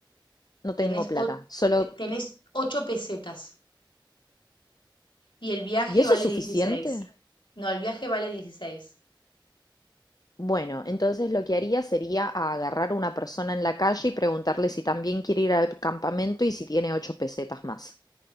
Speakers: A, on the left (about 50°); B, on the left (about 70°).
A: no tengo
B: Tenés,
A: plata.
B: o-
A: Solo...
B: te- tenés 8 pesetas. Y el viaje
A: ¿Y eso
B: vale
A: es suficiente?
B: dieciséis No, el viaje vale dieciséis
A: Bueno, entonces lo que haría sería a agarrar a una persona en la calle y preguntarle si también quiere ir al campamento y si tiene ocho pesetas más.